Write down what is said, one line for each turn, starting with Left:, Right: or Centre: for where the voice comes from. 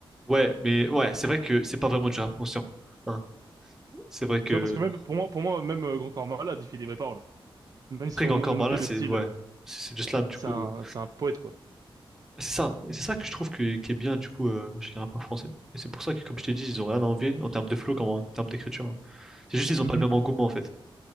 Centre: Ouais, mais ouais, c'est vrai que c'est pas vraiment du rap conscient. hein. C'est vrai que.
Right: Tu vois, parce que même, pour moi, pour moi, même euh, Grand Corps Malade, il fait des vraies paroles. Même si
Centre: Après,
Right: on,
Centre: encore
Right: on
Centre: par
Right: oublie
Centre: là, c'est.
Right: le style,
Centre: Ouais.
Right: euh,
Centre: C'est c'est du slam, du
Right: c'est
Centre: coup.
Right: un, c'est un poète, quoi.
Centre: C'est ça. Et c'est ça que je trouve que, qui est bien, du coup, euh, chez les rappeurs français. Et c'est pour ça que, comme je t'ai dit, ils ont rien à envier en termes de flow comme en termes d'écriture. hein. C'est juste, ils ont
Right: Mhm.
Centre: pas le même engouement, en fait.